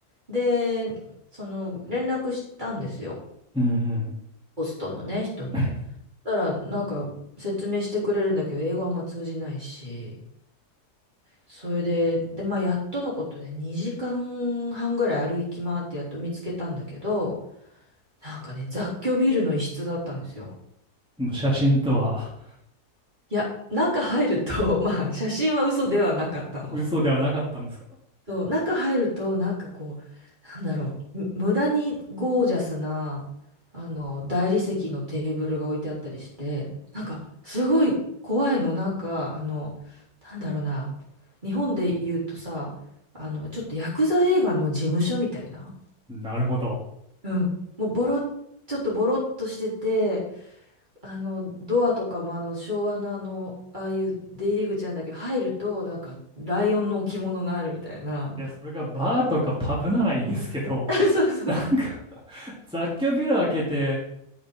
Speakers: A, on the right; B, in the centre.
A: で、その連絡したんですよ。
B: うんうん。
A: ホストのね、人に。
B: <laughs>
A: そしたら、なんか説明してくれるんだけど、英語あんま通じないし。それで、で、まあ、やっとのことで2時間半ぐらい歩き回ってやっと見つけたんだけど、なんかね、雑居ビルの一室だったんですよ。
B: もう写真とは
A: いや、中入ると、<laughs> まあ、写真は嘘ではなかったの。
B: 嘘ではなかったんですか
A: そう、中入ると、なんかこう、なんだろう、む無駄にゴージャスな、あの、大理石のテーブルが置いてあったりして、なんか、すごい怖いの、なんか、あの、なんだろうな、日本で言うとさ、あの、ちょっとヤクザ映画の事務所みたいな、
B: なるほど。
A: うん、もうボロ、ちょっとボロっとしてて、あの、ドアとかもあの、昭和のあの、ああいう出入り口なんだけど、入ると、なんか、ライオンの置物があるみたいな。
B: いや、それがバーとかパブならいいですけど、
A: <laughs> そうそう。
B: <laughs> なんか雑居ビル開けて、